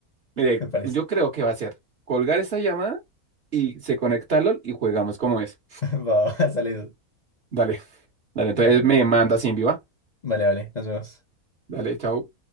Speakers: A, on the right; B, on the left.
A: mire,
B: me parece.
A: yo creo que va a ser colgar esta llamada y se conecta a LOL y jugamos como es.
B: <laughs> Va, va, sale.
A: Dale, dale, entonces
B: Vale, vale.
A: me manda sin viva.
B: Vale, vale. Nos vemos.
A: Dale, chao.